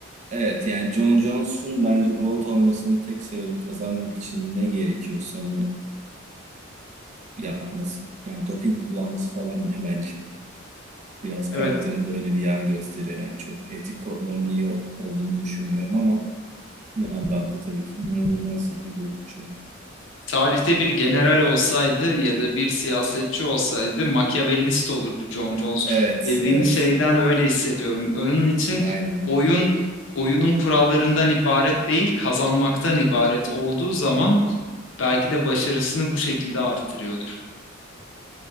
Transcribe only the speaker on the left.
Evet,
tarihte bir general olsaydı ya da bir siyasetçi olsaydı Machiavellist olurdu John Jones.
Dediğin
şeyden öyle hissediyorum. Onun için
oyun oyunun kurallarından ibaret değil, kazanmaktan ibaret olduğu zaman belki de başarısını bu şekilde arttırıyordur.